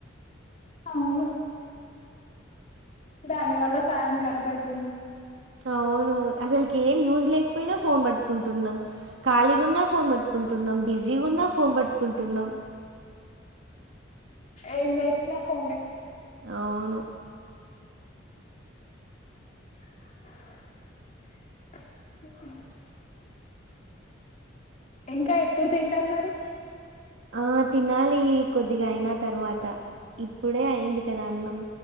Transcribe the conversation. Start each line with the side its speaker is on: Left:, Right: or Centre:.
Left: అవును దాని వల్ల సాయం కరబ్ అయితున్నాం.
Right: అవును అసలుకి ఏం యూజ్ లేకపోయినా ఫోన్ పట్టుకుంటున్నాం. ఖాళీగా ఉన్నా ఫోన్ పట్టుకుంటున్నాం బిజీగా ఉన్నా ఫోన్ పట్టుకుంటున్నాం.
Left: ఏ చేసిన ఫోనే
Right: అవును
Left: అ <unintelligible> ఇంకా ఎప్పుడు తింటారు మరి.
Right: ఆ తినాలి కొద్దిగా అయిన తర్వాత ఇప్పుడే అయింది కదా అన్నం.